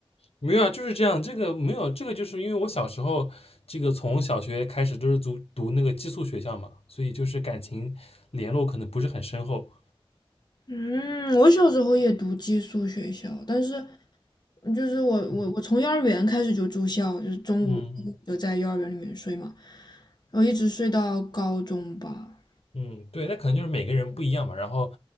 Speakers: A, on the left; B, on the left.
A: 没有啊，就是这样。这个没有，这个就是因为我小时候，这个从小学开始都是读读那个寄宿学校嘛，所以就是感情联络可能不是很深厚。
B: 嗯，我小时候也读寄宿学校，但是就是我我我从幼儿园开始就住校，
A: 嗯
B: 就是中午就在幼儿园里面睡嘛，
A: 嗯嗯
B: 然后一直睡到高中吧。
A: 嗯，对，那可能就是每个人不一样嘛。然后